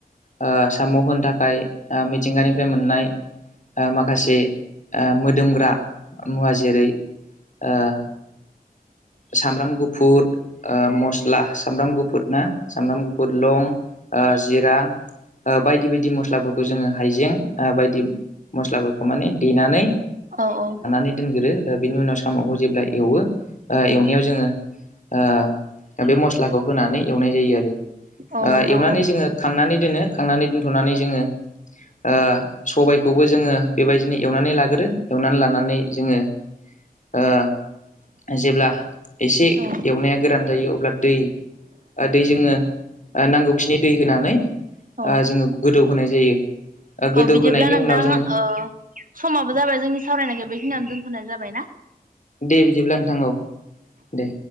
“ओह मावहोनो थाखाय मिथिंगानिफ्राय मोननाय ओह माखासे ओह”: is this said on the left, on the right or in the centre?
Left